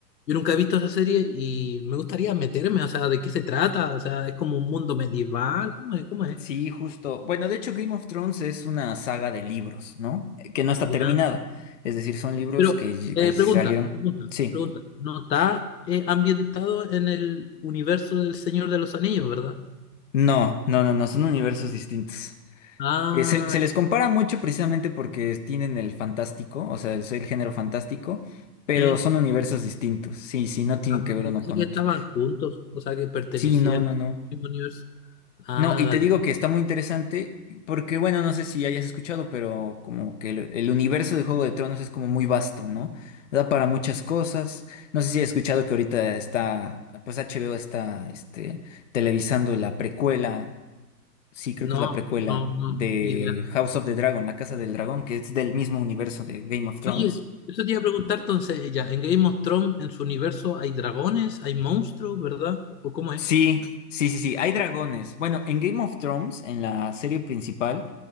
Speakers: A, on the left; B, on the left.
A: yo nunca he visto esa serie y me gustaría meterme, o sea, ¿de qué se trata? O sea, es como un mundo medieval, ¿cómo es? ¿Cómo es?
B: Sí, justo. Bueno, de hecho, Game of Thrones es una saga de libros, ¿no? Eh, Que no está
A: Ya.
B: terminada. Es decir, son libros
A: Pero
B: que, ll-
A: eh,
B: que salieron.
A: pregunta, pregunta,
B: Sí.
A: pregunta. No está eh, ambientado en el universo del Señor de los Anillos, ¿verdad?
B: No, no, no, no, son universos distintos.
A: Ah,
B: Eh, se, se les compara mucho precisamente porque tienen el fantástico, o sea, es el género fantástico, pero
A: sí.
B: son universos distintos. Sí, sí, no tienen
A: Ah,
B: que ver
A: yo
B: uno
A: pensé
B: con
A: que
B: otro.
A: estaban juntos, o sea, que pertenecían
B: Sí, no, no, no.
A: al mismo universo. Ah,
B: No, y
A: dale.
B: te digo que está muy interesante porque, bueno, no sé si hayas escuchado, pero como que el, el universo de Juego de Tronos es como muy vasto, ¿no? Da para muchas cosas. No sé si has escuchado que ahorita está, pues HBO está, este, televisando la precuela, sí, creo
A: No,
B: que es la precuela
A: no, no,
B: de
A: ni idea.
B: House of the Dragon, La Casa del Dragón, que es del mismo universo de Game of Thrones.
A: Oye, eso te iba a preguntar entonces, ya, en Game of Thrones, en su universo, ¿hay dragones? ¿Hay monstruos, verdad? ¿O cómo es?
B: Sí, sí, sí, sí, hay dragones. Bueno, en Game of Thrones, en la serie principal,